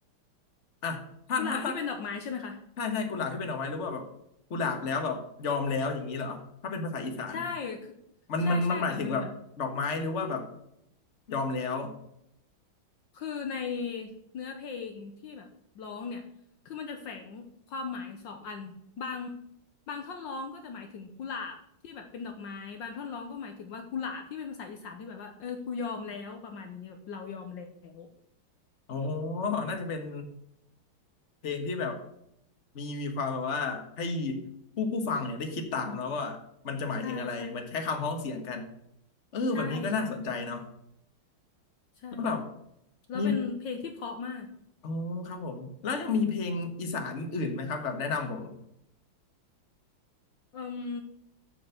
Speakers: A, on the left; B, on the left.
A: อ่ะถ้าถ้าถ้า
B: กุหลาบที่เป็นดอกไม้ใช่ไหมคะ
A: ถ้าใช่กุหลาบที่เป็นดอกไม้หรือว่าแบบกุหลาบแล้วแบบยอมแล้วอย่างนี้เหรอถ้าเป็นภาษาอีสาน
B: ใช่คือใช่ใช่ค่ะมันแบบ
A: มันมันมันหมายถึงแบบดอกไม้หรือว่าแบบยอมแล้ว
B: คือในเนื้อเพลงที่แบบร้องเนี่ยคือมันจะแฝงความหมายสองอันบางบางท่อนร้องก็จะหมายถึงกุหลาบที่แบบเป็นดอกไม้บางท่อนร้องก็หมายถึงว่ากุหลาบที่เป็นภาษาอีสานที่แบบว่าเออกูยอมแล้วประมาณนี้แบบเรายอมแล้ว
A: อ๋อน่าจะเป็นเพลงที่แบบมีมีความแบบว่าให้ผู้ผู้ฟังเนี่ยได้คิดตามแล้วว่ามันจะหมายถึงอะไรมันใช้คำพ้องเสียงกัน
B: ใช่ใช่ค่ะ
A: เออแบบนี้ก็น่าสนใจเนาะ
B: ใช่ใช่ใช่
A: แล้วแบบ
B: แล้วเป็นเพลงที่เพราะมาก
A: มี อ๋อครับผมแล้วยังมีเพลงอีสานอื่นไหมครับแบบแนะนำผม
B: อืม